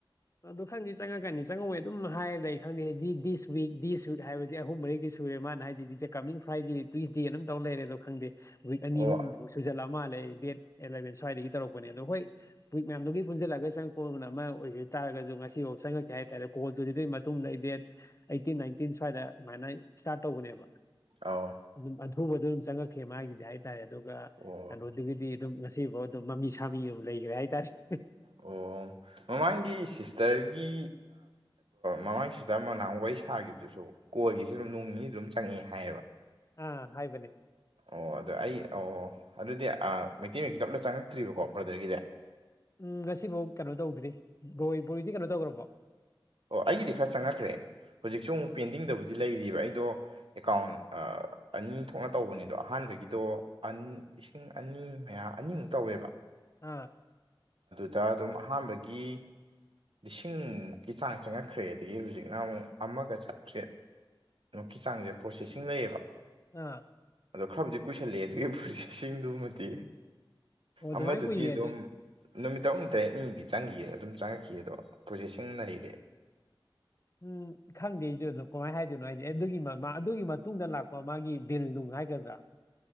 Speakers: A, on the left; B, on the right.
A: ꯑꯗꯣ ꯆꯪꯗꯤ ꯆꯪꯉꯛꯀꯅꯤ ꯆꯪꯉꯛꯑꯣꯏ ꯑꯗꯨꯝ ꯍꯥꯏꯔ ꯂꯩ ꯈꯪꯗꯦ ꯗꯤꯁ ꯋꯤꯛ ꯗꯤ ꯋꯤꯛ ꯍꯥꯏꯕꯁꯤ ꯑꯍꯨꯝ ꯃꯔꯤꯔꯛꯗꯤ ꯁꯨꯔꯦ ꯃꯥꯅ ꯍꯥꯏ ꯍꯥꯏꯁꯤꯗꯤ ꯀꯃꯤꯡ ꯐ꯭ꯔꯥꯏꯗꯦ ꯇꯨꯋꯁꯗꯦꯅ ꯑꯗꯨꯝ ꯇꯧ ꯂꯩꯔꯦ ꯑꯗꯣ ꯈꯪꯗꯦ ꯋꯤꯛ ꯑꯅꯤ
B: ꯑꯣ
A: ꯑꯍꯨꯝ ꯃꯩꯛ ꯁꯨꯖꯜꯂꯛ ꯑꯃꯥꯜꯂꯦ ꯗꯦꯠ ꯑꯦꯂꯚꯦꯟ ꯁ꯭ꯋꯥꯏꯗꯒꯤ ꯇꯧꯔꯛꯄꯅꯦ ꯑꯗꯣ ꯍꯣꯏ ꯋꯤꯛ ꯃꯌꯥꯝꯗꯨꯒꯤ ꯄꯨꯟꯁꯤꯜꯂꯒ ꯆꯪꯛꯄꯗꯨꯅ ꯑꯃ ꯑꯣꯏꯒꯤ ꯇꯥꯔꯁꯨ ꯉꯁꯤꯐꯥꯎ ꯆꯪꯉꯛꯇꯦ ꯍꯥꯏꯇꯔꯦ ꯀꯣꯜꯗꯨꯨ ꯑꯗꯨ ꯃꯇꯨꯡꯗ ꯗ ꯗꯦꯠ ꯑꯩꯈꯤꯟ ꯅꯥꯏꯇꯤꯟ ꯁ꯭ꯋꯥꯏꯗ ꯑꯗꯨꯃꯥꯏꯅ ꯏꯁꯇꯥꯔꯠ ꯇꯧꯕꯅꯦꯕ
B: ꯑꯧ
A: ꯑꯗꯨꯝ ꯑꯊꯨꯕꯗ ꯑꯗꯨꯝ ꯆꯪꯉꯛꯈꯤ ꯃꯒꯤꯗꯤ ꯍꯥꯏꯇꯔꯦ ꯑꯗꯨꯒ
B: ꯑꯣ
A: ꯀꯩꯅꯣꯗꯨꯒꯤꯗꯤ ꯑꯗꯨꯝ ꯉꯁꯤꯐꯥꯎ ꯑꯗꯨꯝ ꯃꯃꯤ ꯁꯥꯃꯤ ꯑꯗꯨꯝ ꯂꯩꯈ꯭ꯔꯦ ꯍꯥꯏꯇꯔꯦ
B: ꯑꯣ ꯃꯃꯥꯡꯒꯤ ꯁꯤꯁꯇꯔꯒꯤ ꯃꯃꯥꯡ ꯁꯤꯇꯔ ꯃꯅꯥ ꯋꯥꯔꯤ ꯁꯥꯈꯤꯕꯗꯨꯁꯨ ꯀꯣꯏꯒꯤꯁꯨ ꯑꯗꯨꯝ ꯅꯣꯡ ꯅꯤꯅꯤ ꯑꯗꯨꯝ ꯆꯪꯉꯛꯑꯦ ꯍꯥꯏꯌꯦꯕ
A: ꯑꯥ ꯍꯥꯏꯕꯅꯦ
B: ꯑꯣ ꯑꯗꯣ ꯑꯩ ꯑꯣ ꯑꯗꯨꯗꯤ ꯃꯩꯇꯩ ꯃꯌꯦꯛꯀꯤꯗꯣ ꯑꯝꯇ ꯆꯪꯉꯛꯇ꯭ꯔꯤꯕꯀꯣ ꯕ꯭ꯔꯗꯔꯒꯤꯗꯤ
A: ꯎꯝ ꯉꯁꯤꯐꯧ ꯀꯩꯅꯣ ꯇꯧꯗ꯭ꯔꯤ ꯕꯣꯏ ꯕꯣꯏꯗꯤ ꯀꯩꯅꯣ ꯇꯧꯈ꯭ꯔꯔꯕꯣ
B: ꯑꯣ ꯑꯩꯒꯤꯗꯤ ꯈꯔ ꯆꯪꯉꯛꯈ꯭ꯔꯦ ꯍꯧꯖꯤꯛꯁꯨ ꯑꯃꯨꯛ ꯄꯦꯟꯗꯤꯡꯗꯕꯨꯗꯤ ꯂꯩꯔꯤꯕ ꯑꯩꯗꯣ ꯑꯦꯀꯥꯎꯟ ꯑꯅꯤ ꯊꯣꯛꯅ ꯇꯧꯕꯅꯤꯗꯣ ꯑꯍꯥꯟꯕꯒꯤꯗꯣ ꯏꯁꯤꯡ ꯑꯅꯤ ꯃꯌꯥ ꯑꯅꯤꯃꯨꯛ ꯇꯧꯋꯦꯕ
A: ꯑꯥ
B: ꯗ ꯑꯗꯨꯝ ꯑꯍꯥꯟꯕꯒꯤ ꯂꯤꯁꯤꯡ ꯆꯥꯡ ꯆꯪꯉꯛꯈ꯭ꯔꯦ ꯑꯗꯒꯤ ꯍꯧꯖꯤꯛꯅ ꯑꯃꯨꯛ ꯑꯃꯒ ꯆꯥꯇ꯭ꯔꯦꯠ ꯑꯛꯀꯤ ꯆꯥꯡꯁꯦ ꯄ꯭ꯔꯣꯁꯦꯁꯤꯡ ꯂꯩꯌꯦꯕ
A: ꯑꯥ
B: ꯑꯗꯣ ꯈꯔꯕꯨꯗꯤ ꯀꯨꯏꯁꯜꯂꯛꯑꯦ ꯑꯗꯨꯒꯤ ꯄꯨꯔꯤꯁꯦ ꯁꯤꯡꯗꯨꯃꯗꯤ
A: ꯑꯣ ꯑꯗꯨꯃꯥꯏꯅ
B: ꯑꯃꯗꯨꯗꯤ
A: ꯀꯨꯏꯌꯦ
B: ꯑꯗꯨꯝ
A: ꯑꯗꯨ
B: ꯅꯨꯃꯤꯠ ꯇꯔꯨꯛꯅꯤ ꯇꯔꯦꯠꯅꯤꯗꯤ ꯆꯪꯈꯤꯒꯌꯦ ꯑꯗꯨꯝ ꯆꯪꯉꯛꯈꯤꯌꯦ ꯑꯗꯣ ꯄ꯭ꯔꯣꯖꯦꯁꯤꯡ ꯂꯩꯔꯦ
A: ꯎꯝ ꯈꯪꯗꯦ ꯑꯩꯁꯨ ꯑꯗꯨꯝ ꯀꯃꯥꯏꯅ ꯍꯥꯏꯗꯣꯏꯅꯣ ꯍꯥꯏꯗꯤ ꯑꯗꯨꯒꯤ ꯑꯗꯨꯒꯤ ꯃꯇꯨꯡꯗ ꯂꯥꯛꯄ ꯃꯥꯒꯤ ꯕꯤꯜ ꯅꯨꯡ ꯍꯥꯏꯒꯗ꯭ꯔ